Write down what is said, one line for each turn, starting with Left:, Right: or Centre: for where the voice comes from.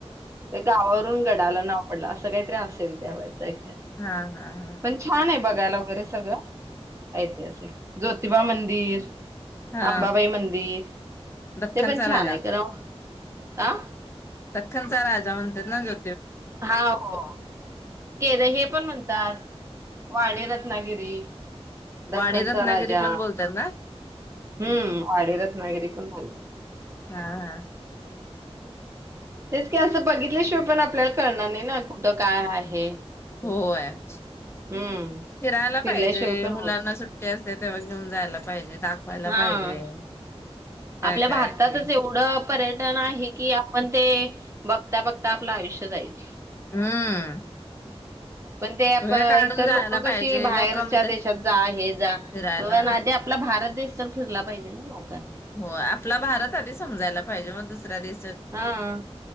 Right: ते गावावरून गडाला नाव पडलं असं काही असेल त्या वेळचा
Left: हा हा हा
Right: पण छान आहे बघायला वगैरे सगळं ऐतिहास ज्योतिबा मंदि दिर
Left: हा
Right: अंबाबाई मंदिर
Left: दख्खनचा
Right: ते पण छान
Left: राजा
Right: आहे क आ
Left: दख्खनचा राजा म्हणतात ना जो
Right: हा हो <inaudible> हे पण म्हणतात वाडी रत्नागिरी. दख्खनचा
Left: वाडी रत्नागिरी
Right: राजा
Left: पण
Right: हम्म
Left: बोलतात ना
Right: वाडी रत्नागिरी पण बोलतात.
Left: हा हा
Right: तेच की असं बघितल्याशिवाय पण आपल्याला कळणार नाही ना. कुठं काय आहे?
Left: होयच
Right: हम्म
Left: फिरायला
Right: फिरल्याशिवाय
Left: पाहिजे
Right: पण
Left: मुलांना
Right: होत
Left: सुट्टी असते तेव्हा घेऊन जायला पाहिजे दाखवायला
Right: हा
Left: पाहिजे काय
Right: आपल्या
Left: काय
Right: भारतातच
Left: तरी
Right: एवढं पर्यटन आहे की आपण ते बघता बघता आपलं आयुष्य जाईल.
Left: हम्म
Right: पण ते आप
Left: वेळ काढून
Right: इतर
Left: जायला
Right: लोक
Left: पाहिजे
Right: कशी बाहेरच्या
Left: लोक म्हणतात
Right: देशात जा हे जा
Left: फिरायला
Right: पण आधी आपला भारत दे तर फिरला पाहिजे ना लोकांनी.
Left: हो आपला भारत आधी समजायला पाहिजे मग दुसऱ्या दे
Right: हा